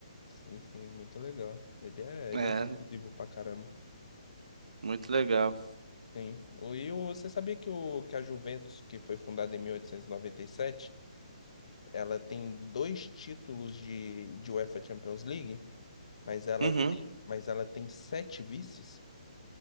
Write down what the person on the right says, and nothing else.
É,
muito legal.
Uhum.